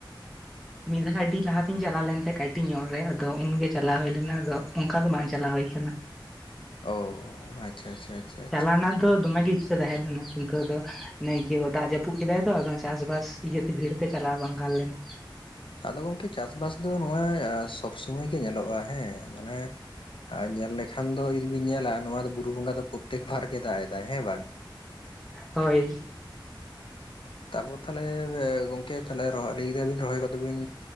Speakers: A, on the left (about 80°); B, in the centre.
A: <inaudible>
B: ᱢᱤᱫ ᱫᱷᱟᱣ ᱟᱹᱰᱤ ᱞᱟᱦᱟᱛᱤᱧ ᱪᱟᱞᱟᱣ ᱞᱮᱱ ᱛᱟᱦᱮᱸ ᱠᱟᱹᱴᱤᱡ ᱧᱚᱜ ᱨᱮ ᱟᱫᱚ ᱩᱱᱜᱮ ᱪᱟᱞᱟᱣ ᱦᱩᱭ ᱞᱮᱱᱟ ᱟᱫᱚ ᱚᱱᱠᱟ ᱫᱚ ᱵᱟᱝ ᱪᱟᱞᱟᱣ ᱦᱩᱭ ᱟᱠᱟᱱᱟ᱾
A: ᱚ ᱟᱪᱪᱷᱟ ᱟᱪᱪᱷᱟ ᱟᱪᱪᱷᱟ ᱟᱪᱪᱷᱟ
B: ᱪᱟᱞᱟᱣ ᱨᱮᱱᱟᱜ ᱫᱚ ᱫᱚᱢᱮ ᱜᱮ ᱤᱪᱪᱷᱟᱹ ᱛᱟᱦᱮᱸ ᱞᱮᱱᱟ᱾ ᱱᱤᱛᱚᱜ ᱫᱚ ᱚᱱᱮ ᱤᱭᱟᱹ ᱫᱟᱜ ᱡᱟᱹᱯᱩᱫ ᱠᱮᱫᱟᱭ ᱛᱚ ᱟᱫᱚ ᱪᱟᱥᱵᱟᱥ ᱤᱭᱟᱹᱛᱮ ᱵᱷᱤᱲ ᱛᱮ ᱪᱟᱞᱟᱣ ᱵᱟᱝ ᱜᱟᱱ ᱞᱮᱱᱟ᱾
A: ᱟᱫᱚ ᱜᱚᱢᱠᱮ ᱪᱟᱥᱵᱟᱥ ᱫᱚ ᱱᱚᱣᱟ ᱥᱚᱵ ᱥᱚᱢᱚᱭ ᱜᱮ ᱧᱮᱞᱚᱜᱼᱟ ᱦᱮᱸ ᱢᱟᱱᱮ ᱟᱨ ᱧᱮᱞ ᱞᱮᱠᱷᱟᱱ ᱫᱚ ᱡᱩᱫᱤ ᱵᱤᱱ ᱧᱮᱞᱟ ᱱᱚᱣᱟ ᱫᱚ ᱵᱩᱨᱩ ᱵᱚᱸᱜᱟ ᱫᱚ ᱯᱨᱚᱛᱛᱮᱠ ᱵᱟᱨ ᱜᱮ ᱫᱟᱜ ᱮᱫᱟᱭ ᱦᱮᱸ ᱵᱟᱝ᱾
B: ᱦᱳᱭ
A: ᱛᱟᱯᱚᱨ ᱛᱟᱦᱞᱮ ᱜᱚᱝᱠᱮ ᱛᱟᱦᱞᱮ ᱨᱚᱦᱚ ᱞᱟᱹᱭ ᱠᱮᱫᱟᱵᱤᱱ ᱨᱚᱦᱚᱭ ᱜᱚᱫᱚ ᱵᱤᱱ